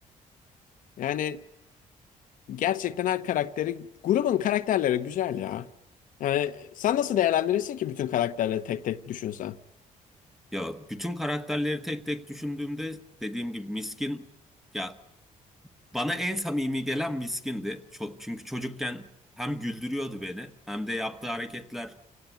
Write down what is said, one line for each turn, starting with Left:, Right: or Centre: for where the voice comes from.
Left: Yani gerçekten her karakteri grubun karakterleri güzel ya. Yani sen nasıl değerlendirirsin ki bütün karakterleri tek tek düşünsen?
Centre: Ya bütün karakterleri tek tek düşündüğümde dediğim gibi Miskin ya bana en samimi gelen Miskin'di. Ço- çünkü çocukken hem güldürüyordu beni hem de yaptığı hareketler